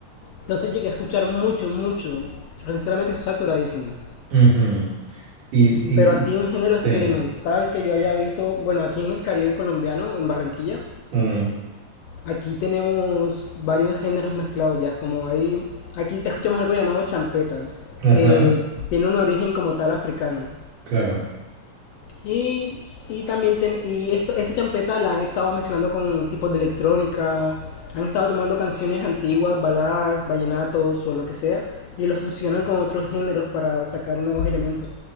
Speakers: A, on the left; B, on the right.
A: Entonces llegué a escuchar mucho, mucho. Sinceramente estoy saturadísimo.
B: Ujú. Y, y-
A: Pero así
B: y-
A: un género experimental
B: sí.
A: que yo haya visto, bueno, aquí en el Caribe colombiano, en Barranquilla,
B: Mm,
A: aquí tenemos varios géneros mezclados ya, como hay, aquí escuchamos algo llamado champeta, que
B: Ajá.
A: tiene un origen como tal africano.
B: Claro.
A: Y, y también, ten- y esto, esta champeta la han estado mezclando con tipos de electrónica, han estado tomando canciones antiguas, baladas, vallenatos o lo que sea, y lo fusionan con otros géneros para sacar nuevos elementos.